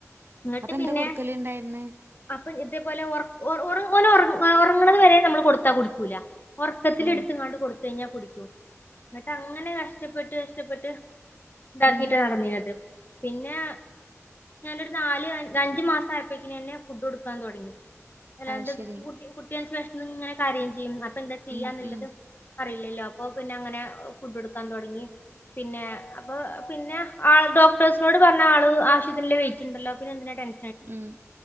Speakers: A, on the left; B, on the right.
A: എന്നട്ട്
B: അപ്പൊ
A: പിന്നെ
B: എന്താ കൊടുക്കല് ഇണ്ടായിരുന്നെ
A: അപ്പൊ ഇതേപോലെ ഒറ ഒറ ഓനൊരു ഒറങ്ണത് വരെ നമ്മള് കൊടുത്താ കുടിക്കൂല ഒറക്കത്തില്ട്ത്ത്ങ്ങാണ്ട്
B: ആ
A: കൊടുത്തയിഞ്ഞാ കുടിയ്ക്കും. ന്നിട്ട് അങ്ങനെ കഷ്ടപ്പെട്ട് കഷ്ടപ്പെട്ട് ഇതാക്കിറ്റാ
B: ഉം
A: നടന്നീന്നത് പിന്നെ ഞാനൊരു നാല് അഞ്ച് മാസം ആയപ്പോക്കിനന്നെ ഫുഡ് കൊടുക്കാൻ തൊടങ്ങി അല്ലാണ്ട്
B: ആ ശരി
A: കുട്ടിയനച്ചാ ന്ന്ങ്ങനെ കരീം ചിയ്യും അപ്പന്താ ചിയ്യാന്ന്ല്ലത്
B: ഉം ഉം
A: അറില്ലല്ലോ അപ്പൊ പിന്നങ്ങനെ ഫുഡ് കൊട്ക്കാൻ തൊടങ്ങി പിന്നെ അപ്പ പിന്നെ ആൾ ഡോക്ടേഴ്സിനോട് പറഞ്ഞ ആള് ആവശ്യതിന്ള്ള വെയ് റ്റ്ണ്ടല്ലോ പിന്നെന്തിനാ ടെൻ
B: ഉം